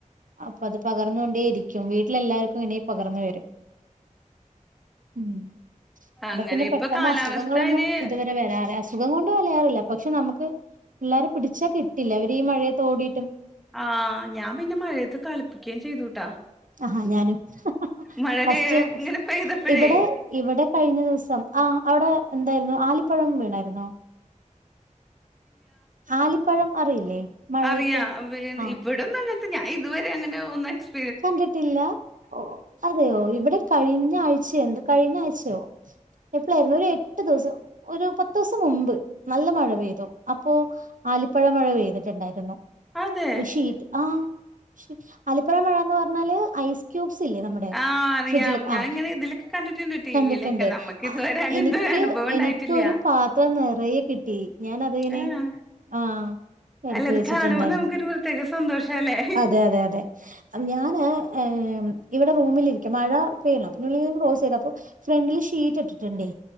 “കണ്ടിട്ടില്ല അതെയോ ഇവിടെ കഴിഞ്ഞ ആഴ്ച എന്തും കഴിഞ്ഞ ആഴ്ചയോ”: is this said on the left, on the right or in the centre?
Right